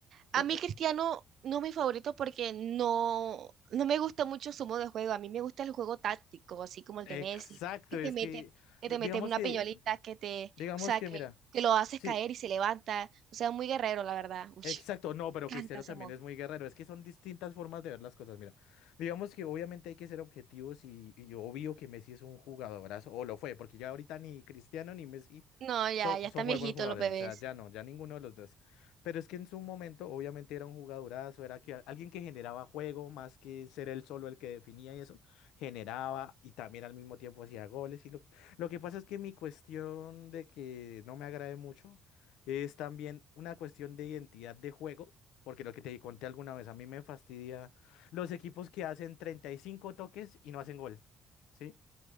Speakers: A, on the right (about 55°); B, on the left (about 90°).
A: A
B: es-
A: mí
B: es-
A: Cristiano no es mi favorito porque no, no me gusta mucho su modo de juego. A mí me gusta el juego táctico, así como el
B: exacto,
A: de Messi, que
B: es
A: te mete,
B: que,
A: que
B: digamos
A: te mete una
B: que,
A: piñolita, que te,
B: digamos
A: o sea,
B: que,
A: que,
B: mira.
A: que lo haces
B: Sí,
A: caer y se levanta. O sea, muy guerrero, la verdad. Uy,
B: Exacto, no,
A: me
B: pero
A: encanta
B: Cristiano
A: ese
B: también
A: modo.
B: es muy guerrero. Es que son distintas formas de ver las cosas. Mira, digamos que obviamente hay que ser objetivos y, y obvio que Messi es un jugadorazo, o lo fue, porque ya ahorita ni Cristiano ni Messi
A: No, ya,
B: son,
A: ya están
B: son muy
A: viejitos
B: buenos jugadores.
A: los bebés.
B: O sea, ya no, ya ninguno de los dos. Pero es que en su momento, obviamente era un jugadorazo, era que, alguien que generaba juego más que ser él solo el que definía y eso, generaba y también al mismo tiempo hacía goles. Y lo, lo que pasa es que mi cuestión de que no me agrade mucho. Es también una cuestión de identidad de juego, porque lo que te conté alguna vez, a mí me fastidia los equipos que hacen 35 toques y no hacen gol, ¿sí?